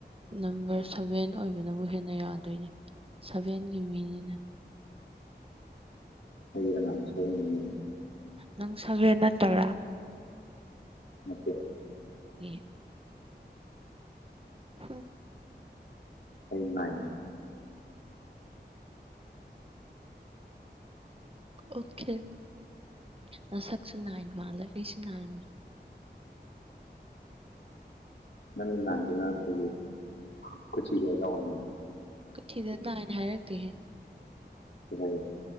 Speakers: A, on the right; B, on the left.
A: ꯅꯝꯕꯔ ꯁꯚꯦꯟ ꯑꯣꯏꯕꯅꯕꯨ ꯍꯦꯟꯅ ꯌꯥꯗꯣꯏꯅꯦ ꯁꯚꯦꯟꯒꯤ ꯃꯤꯅꯤꯅ
B: ꯂꯩꯔ ꯂꯥꯡ ꯁꯤ <unintelligible>
A: ꯅꯪ ꯁꯚꯦꯅ ꯅꯇꯕ꯭ꯔꯥ
B: ꯅꯠꯇꯦ
A: ꯑꯦ ꯍ <unintelligible>
B: ꯑꯩ ꯅꯥꯏꯟ
A: ꯑꯣꯀꯦ ꯃꯁꯛꯁꯨ ꯅꯥꯏꯟ ꯃꯥꯜꯂꯦ ꯑꯩꯁꯨ ꯅꯥꯏꯟꯅꯤ
B: ꯅꯪꯒꯤ ꯅꯥꯏꯟꯗꯨꯅ ꯑꯩꯁꯦ ꯈꯨꯊꯤꯕꯥ ꯌꯥꯎꯕꯅꯦ
A: ꯀꯨꯊꯤꯗ ꯅꯥꯏꯟ ꯍꯥꯏꯔꯛꯇꯦꯍꯦ
B: ꯅꯪ <unintelligible>